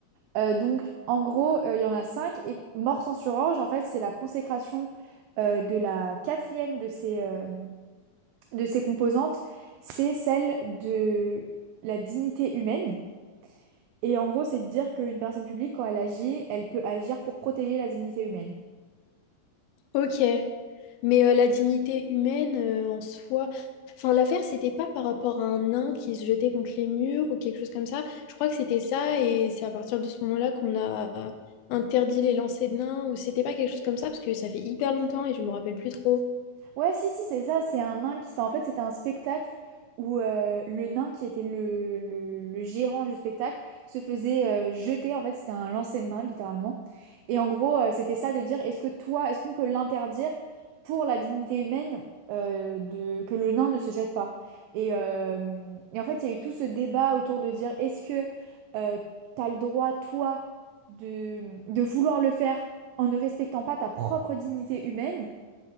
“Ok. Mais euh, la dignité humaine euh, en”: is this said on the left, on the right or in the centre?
Left